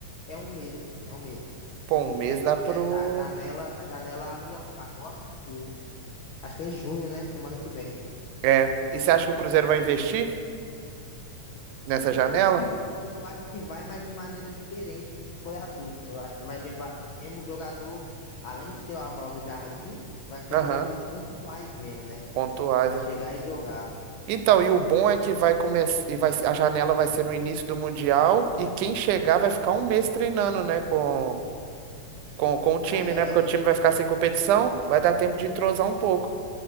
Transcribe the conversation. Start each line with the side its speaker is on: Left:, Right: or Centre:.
Left: É um mês, é um mês.
Right: Pô, um mês
Left: É tanto
Right: dá pro.
Left: que a, a janela, a janela abre agora, acho que acho que é em junho, né? Semana que vem.
Right: É. E você acha que o Cruzeiro vai investir nessa janela?
Left: Eu acho que eu acho que vai, mas de maneira diferente do que foi as últimas. Eu acho que vai levar mesmo jogador, além de ter o aval do Jardim, vai ser
Right: Aham,
Left: jogadores pontuais mesmo, né?
Right: pontuais,
Left: Pra
Right: né?
Left: chegar e jogar.
Right: Então, e o bom é que vai começar e vai a janela vai ser no início do mundial e quem chegar vai ficar um mês treinando, né, com com, com o time,
Left: Ah, É,
Right: né? Porque o time vai ficar sem competição, vai dar tempo de entrosar um pouco.